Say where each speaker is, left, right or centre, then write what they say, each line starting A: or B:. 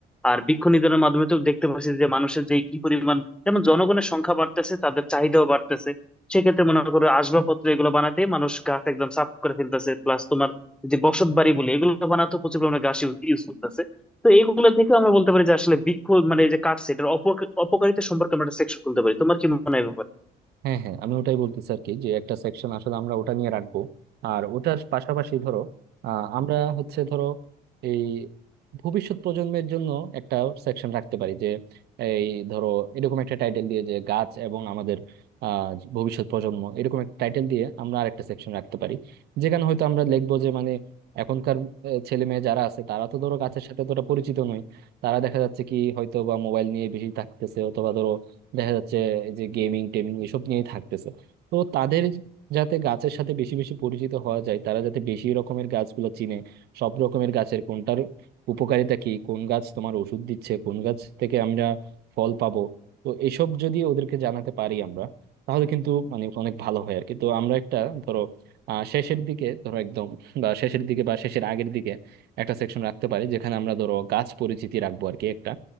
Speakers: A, in the centre; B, on the right (about 70°).
A: আর বৃক্ষ নিধনের মাধ্যমে তো দেখতে পাচ্ছি যে মানুষের যে কি পরিমাণ যেমন জনগণের সংখ্যা বাড়তেছে তাদের চাহিদাও বাড়তেছে সেক্ষেত্রে মনে করো আসবাবপত্র এগুলো বানাতে মানুষ গাছ একদম সাফ করে ফেলতেছে প্লাস তোমার যে বসত বাড়ি বলে এগুলো বানাতে প্রচুর পরিমাণে গাছ ইউজ করতেছে তো এইগুলো থেকে আমরা বলতে পারি যে আসলে বিক্ষোভ মানে এই যে কাটছে এটার অপক- অপকারিতা সম্পর্কে আমরা একটা সেকশন খুলতে পারি তোমার কি মনে হয় এ ব্যাপারে?
B: হ্যাঁ হ্যাঁ আমি ওটাই বলতেছি আর কি যে একটা সেকশন আসলে আমরা ওটা নিয়ে রাখবো আর ওটার পাশাপাশি ধরো আহ, আমরা হচ্ছে ধরো এই ভবিষ্যৎ প্রজন্মের জন্য একটা সেকশন রাখতে পারি যে এই ধরো এরকম একটা টাইটেল দিয়ে যে গাছ এবং আমাদের আহ ভবিষ্যৎ প্রজন্ম এরকম একটা টাইটেল দিয়ে আমরা আরেকটা সেকশন রাখতে পারি যেখানে হয়তো আমরা লিখবো যে মানে এখনকার আহ, ছেলে মেয়ে যারা আছে তারা তো ধরো গাছের সাথে তোরা পরিচিত নয় তারা দেখা যাচ্ছে কি হয়তো বা মোবাইল নিয়ে বেশি থাকতেছে অথবা ধরো দেখা যাচ্ছে এই যে গেমিং টেমিং এসব নিয়েই থাকতেছে তো তাদের যাতে গাছের সাথে বেশি বেশি পরিচিত হওয়া যায় তারা যাতে বেশি রকমের গাছগুলো চিনে সব রকমের গাছের কোনটার উপকারিতা কি কোন গাছ তোমার ওষুধ দিচ্ছে কোন গাছ থেকে আমরা ফল পাবো তো এসব যদি ওদেরকে জানাতে পারি আমরা তাহলে কিন্তু মানে অনেক ভালো হয় আর কি তো আমরা একটা ধরো আহ শেষের দিকে ধরো একদম বা শেষের দিকে বা শেষের আগের দিকে একটা সেকশন রাখতে পারি যেখানে আমরা ধরো গাছ পরিচিতি রাখবো আর কি একটা